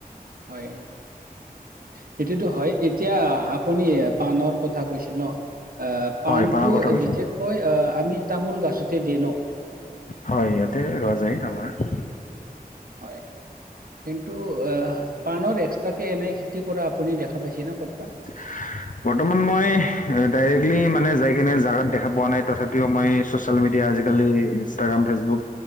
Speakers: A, on the right; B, on the left.
A: হয় সেই টোতো হয় এতিয়া আপুনি পাণৰ কথা কৈছিল ন আ পাণটো
B: হয় পানৰ কথা কৈছো
A: বিশেষকৈ অ আমি তামোল গাছতে দেও ন
B: হয় ইয়াতে ৰোৱা যায় আমাৰ
A: হয় কিন্তু আ পানৰ এক্সট্ৰাকে এনেই খেতি কৰা আপুনি দেখা পাইছে না ক'তবা
B: <unintelligible> বৰ্তমান মই ডাইৰেক্টলি মানে যাই কেনে জাগাত দেখা পোৱা নাই তথাপিও মই ছ'চিয়েল মিডিয়া আজিকালি ইনষ্টাগ্ৰাম ফেচবুক